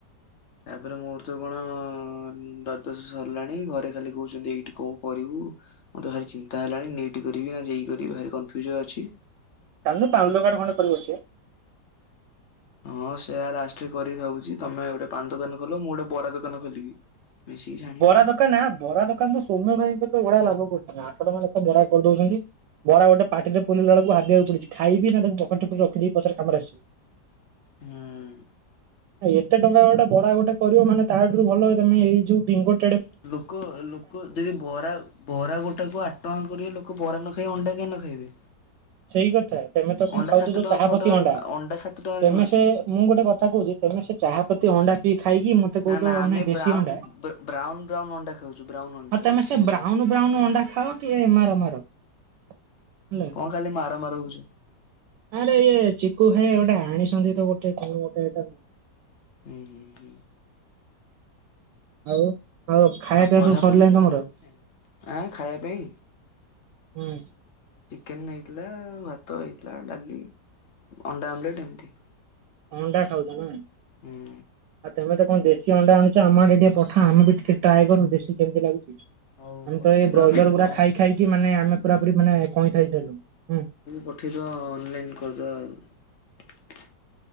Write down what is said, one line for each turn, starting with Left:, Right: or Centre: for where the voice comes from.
Left: ତାପରେ ମୋର ତ କଣ ଦ୍ୱାଦଶ ସରିଲାଣି ଘରେ ଖାଲି କହୁଚନ୍ତି ଏଇଠି ଙ୍କ କରିବୁ। ମୋତେ ଭାରି ଚିନ୍ତା ହେଲାଣି ନିଇଟ୍ କରିବି ନା ଯେଇ କରିବି ଭାରି କନଫ୍ୟୁଜ୍ ରେ ଅଛି।
Right: ଚାଲୁନୁ ପାନ ଦୋକାନ ଖଣ୍ଡେ କରିିକି ବସିବା।
Left: ହଁ ସେୟା ଲାଷ୍ଟରେ କରିବି ଭାବୁଛି ତମେ ଗୋଟେ ପାନ ଦୋକାନ ଖୋଲ ମୁଁ ଗୋଟେ ବରା ଦୋକାନ ଖୋଲିବି। ମିଶିକି ଛାଣିବା
Right: ବରା
Left: ଆଉ।
Right: ଦୋକାନ ହେ ବରା ଦୋକାନ ତ ସୌମ୍ୟ ଭାଇଙ୍କ ତ ବଢଆ ଲାଭ କରୁଛନ୍ତି ଆଠ ଟଙ୍କା ଲେଖା ଏ ବରା କରିଦଉଚନ୍ତି। ବରା, ଗୋଟେ ପାଟିଟେ ପୁରିଇଲା ବେଳକୁ ଭାବିବାକୁ ପଡୁଚି ଖାଇବି ନା ତାକୁ ପକେଟେ ରେ ରଖଦେଇ ପଛରେ କାମରେ ଆସିବ।
Left: ହୁଁ
Right: ଏତେ ଟଙ୍କା ଗୋଟେ ବରା ଗୋଟେ କରିବ ମାନେ ତାଠୁ ଭଲ ତମେ ଏଇ ଯୋଉ ବିଙ୍ଗ
Left: ଲୋକ ଲୋକ ଯଦି ବରା ବରା ଗୋଟାକୁ ଆଠ ଟଙ୍କା କରିବେ ଲୋକ ବରା ନ ଖାଇକି ଅଣ୍ଡା କାଇଁ ନ ଖାଇବେ।
Right: ସେଇ କଥା ତମେ ତ କଣ
Left: ଅଣ୍ଡା
Right: ଖାଉଚ
Left: ସାତ
Right: ଯୋଉ
Left: ଟଙ୍କା
Right: ଚାହାପତି
Left: ଛଅ ଟଙ୍କା
Right: ଅଣ୍ଡା
Left: ସାତ ଟଙ୍କାରେ
Right: ତମେ
Left: ମିଳୁଛି।
Right: ସେ ମୁଁ ଗୋଟେ କଥା କହୁଚି ତମେ ସେ ଚାହାପତି ଅଣ୍ଡା ପିଇ ଖାଇକି କହୁଛ
Left: ନା ନା
Right: ମାନେ
Left: ଆମେ
Right: ଦେଶୀ
Left: ବ୍ରାଉ
Right: ଅଣ୍ଡା।
Left: ବ୍ରାଉନ ବ୍ରାଉ ଅଣ୍ଡା ଖାଉଚୁ ବ୍ରାଉନ ଅଣ୍ଡା
Right: ଆଉ ତମେ
Left: ଦେଶୀ
Right: ସେ
Left: ଅଣ୍ଡା।
Right: ବ୍ରାଉନ ବ୍ରାଉନ ଅଣ୍ଡା ଖାଅ କିଏ ମାର ମାର ହେଲ।
Left: କଣ ଖାଲି ମାର ମାର ହୋଉଚୁ।
Right: ଆରେ ଇଏ ଚିକୁୁ ଭାଇ ଗୋଟେ ଆଣିଛନ୍ତି ତ ଗୋଟେ କଣ ଗୋଟେ ଏଇଟାଁ।
Left: ହୁଁ ହୁଁ ହୁଁ
Right: ଆଉ ଆଉ ଖାଇବା ପିଇବା
Left: ପଢାପଢି
Right: ସବୁ ସରିଲାଣି
Left: କରୁଛ
Right: ତମର?
Left: କି ନାଇଁ? ଆଁ ଖାଇବା ପାଇଁ
Right: ହୁଁ
Left: ଚିକେନ୍ ହେଇଥିଲା ଭାତ ହେଇଥିଲା ଡାଲି ଅଣ୍ଡା ଆମେଲେଟ୍ ଏମିତି।
Right: ଅଣ୍ଡା ଖାଉଚ ନା ଆଉ
Left: ହୁଁ
Right: ତମେ ତ କଣ ଦେସି କି ଅଣ୍ଡା ଆଣୁଚୁ ଆମ ଆଡେ ଟିକେ ପଠାଆ ଆମେ ବି ଟିକେ ଟ୍ରାଏ କରୁ ଦେଖି କେମିତି ଲାଗୁଚି।
Left: ହଉ
Right: ଆମେ
Left: ପଠେଇଦବା
Right: ତ ଏଇ ବ୍ରଏଲର
Left: ତମକୁ
Right: ଗୁଡା ଖାଇ ଖାଇକି ମାନେ ଆମେ ପୁରା ପୁରି ମାନେ କଇଥାଇ ହେଇସାଇଲୁୁଣୁ।
Left: ପଠେଇଦବା ଅନଲାଇନ୍ କରିଦବା ଆଉ।